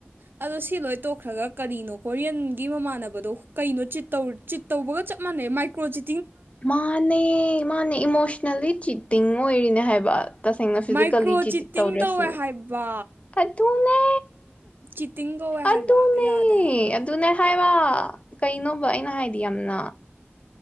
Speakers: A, on the right; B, on the left.
A: ꯑꯗꯣ ꯁꯤ ꯂꯣꯏ ꯇꯣꯛꯈ꯭ꯔꯒ ꯀꯔꯤꯅꯣ ꯀꯣꯔꯤꯌꯟꯒꯤ ꯃꯃꯥꯟꯅꯕꯗꯣ ꯀꯩꯅꯣꯤꯧ ꯆꯤꯠ ꯇꯧꯕꯒ ꯆꯞ ꯃꯅꯦ ꯃꯥꯏꯀ꯭ꯔꯣꯖꯤ
B: ꯃꯥꯅꯦ ꯃꯥꯅꯦ ꯏꯃꯣꯁꯅꯦꯜꯂꯤ ꯆꯤꯠꯇꯤꯡ ꯑꯣꯏꯔꯤꯅꯦ ꯍꯥꯏꯕ ꯇꯁꯦꯡꯅ ꯐꯤꯖꯤꯀꯦꯜꯂꯤ
A: ꯃꯥꯏꯀ꯭ꯔꯣ
B: ꯆꯤꯤ
A: ꯆꯤꯠꯇꯤꯡ
B: ꯇꯧꯗ꯭ꯔꯁꯨ
A: ꯇꯧꯋꯦ ꯍꯥꯏꯕ
B: ꯑꯗꯨꯅꯦ
A: ꯐꯤꯇꯤꯡ ꯀꯧꯋꯦ ꯍꯥꯏꯕ
B: ꯑꯗꯨꯅꯦ
A: ꯌꯥꯗꯦ ꯍꯥꯏꯕ
B: ꯑꯗꯨꯅꯦ ꯍꯥꯏꯕ ꯀꯩꯅꯣꯕ ꯑꯩꯅ ꯍꯥꯏꯗꯤ ꯌꯥꯝꯅ